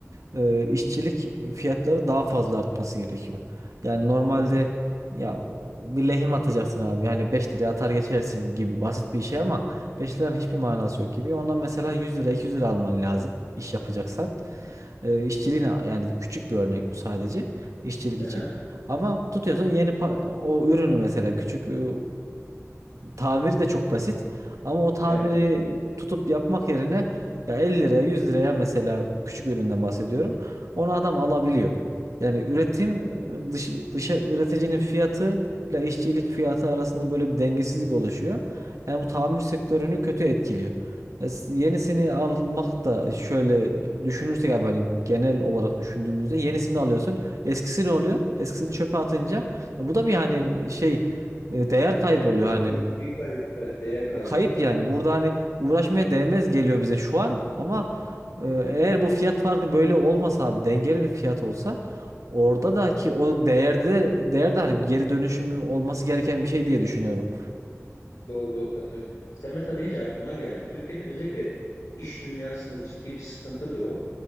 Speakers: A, on the right; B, on the left.
A: e, işçilik fiyatları daha fazla artması gerekiyor. Yani normalde
B: Hı hı,
A: ya bir lehim atacaksın abi. Hani 5 liraya atar geçersin gibi basit bir şey ama 5 liranın hiçbir manası yok gibi. Ondan mesela 100 lira 200 lira alman lazım iş yapacaksan. E, işçiliğine yani küçük bir örnek bu sadece işçilik
B: hı
A: için.
B: hı.
A: Ama tutuyorsun yeni pa- o ürünü mesela küçük e, Tamiri de çok basit. Ama o tamiri
B: Evet,
A: tutup yapmak yerine ya 50 liraya 100 liraya mesela küçük üründen bahsediyorum. Onu adam alabiliyor. Yani üretim
B: evet.
A: dış, dışa üreticinin fiyatı ile işçilik fiyatı arasında böyle bir dengesizlik oluşuyor. Yani bu tamir sektörünü kötü etkiliyor. E, s- yenisini almak da şöyle düşünürsek abi hani genel olarak düşündüğümüzde yenisini alıyorsun. Eskisi ne oluyor? Eskisini çöpe atınca e, bu da bir hani şey e, değer
B: Gider
A: kaybı oluyor
B: değil
A: hani.
B: mi? Bir, bir kayıp. Evet, değer kaybı.
A: Kayıp yani. Burada hani uğraşmaya değmez geliyor bize şu an ama e, eğer
B: Evet,
A: bu fiyat farkı böyle olmasa abi dengeli bir fiyat olsa orada da ki o değerde de değerde hani bir geri dönüşümü olması gereken bir şey diye düşünüyorum.
B: doğru doğru katılıyorum. Sen mesela deyince aklıma geldi. Türkiye'de özellikle iş dünyasında ciddi bir sıkıntıdır o.